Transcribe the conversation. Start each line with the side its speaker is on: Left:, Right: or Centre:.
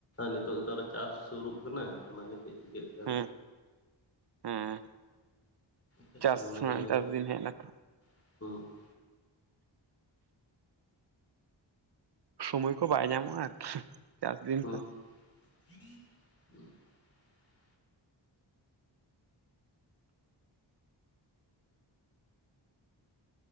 Left: ᱱᱤᱛᱚᱜ ᱜᱮᱛᱚ ᱟᱨ ᱦᱚᱸ ᱪᱟᱥ ᱥᱩᱨᱩᱜ ᱠᱟᱱᱟ᱾ ᱚᱱᱟ ᱜᱮ ᱪᱮᱫ ᱪᱤᱠᱟᱹᱜ ᱠᱟᱱ
Right: ᱦᱮᱸ ᱦᱮᱸ
Left: ᱪᱮᱫ
Right: <inaudible> ᱪᱟᱥ
Left: ᱠᱚ ᱢᱚᱱᱮ
Right: ᱦᱚᱸ
Left: ᱦᱩᱭᱱᱟ
Right: ᱱᱮᱛᱟᱨ
Left: ᱡᱮ
Right: ᱫᱤᱱ ᱦᱮᱡ ᱮᱱᱟᱛᱚ
Left: <unintelligible>
Right: ᱥᱚᱢᱚᱭ ᱠᱚ ᱵᱟᱭ ᱧᱟᱢᱚᱜᱼᱟ ᱟᱨᱠᱷᱤ ᱪᱟᱥ ᱫᱤᱱ
Left: ᱦᱩᱸ
Right: ᱛᱚ᱾
Left: <inaudible>